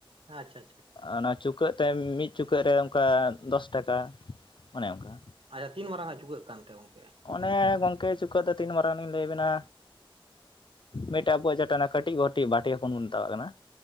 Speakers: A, on the right (about 70°); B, on the left (about 60°).
A: ᱟᱪᱪᱷᱟ ᱟᱪᱪᱷᱟ
B: ᱚᱱᱟ ᱪᱩᱠᱼᱼ ᱪᱩᱠᱟᱹᱜ ᱛᱮ ᱢᱤᱫ ᱪᱩᱠᱟᱹᱜ ᱨᱮ ᱚᱱᱠᱟ ᱫᱚᱥ ᱴᱟᱠᱟ ᱚᱱᱮ ᱚᱱᱠᱟ
A: ᱟᱪᱪᱷᱟ ᱛᱤᱱ ᱢᱟᱨᱟᱝ ᱟᱜ ᱪᱩᱠᱟᱹᱜ ᱠᱟᱱᱛᱮ ᱜᱚᱝᱠᱮ
B: ᱚᱱᱮ ᱜᱚᱝᱠᱮ ᱪᱩᱠᱟᱹᱜ ᱫᱚ ᱛᱤᱱ ᱢᱟᱨᱟᱝ ᱞᱤᱧ ᱞᱟᱹᱭ ᱟᱵᱮᱱᱟ ᱢᱤᱫᱴᱮᱡ ᱟᱵᱚᱣᱟᱜ ᱡᱮᱴᱟ ᱠᱟᱹᱴᱤᱡ <unintelligible> ᱵᱟᱹᱴᱤ <unintelligible> ᱵᱚᱱ ᱢᱮᱛᱟᱣᱟᱜ ᱠᱟᱱᱟ